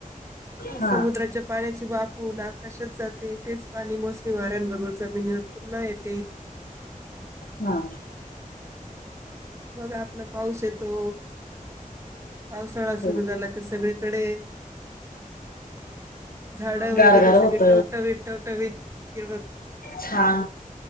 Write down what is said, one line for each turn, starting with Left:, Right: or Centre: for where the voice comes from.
Right: तेव्हा
Left: हा
Right: समुद्राच्या पाण्याचे वाफ होऊन. आकाशात जाते तेच पाणी मोस मोसमी वाऱ्यांबरोबर जमिनीवर पुन्हा येते.
Left: हा.
Right: मग आपला पाऊस येतो. पावसाळा सुरु
Left: हो
Right: झाला की सगळीकडे झाडं
Left: गारगार
Right: वगैरे सगळे
Left: होत
Right: टावटवीत टवटवीत ही
Left: छान